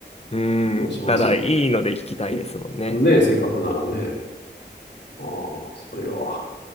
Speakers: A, on the left; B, on the left.
A: うーん、
B: もうしますもんね。
A: ただいいので聞きたいですもんね。
B: ねえ、せっかくならね。
A: うん
B: ああ、それは。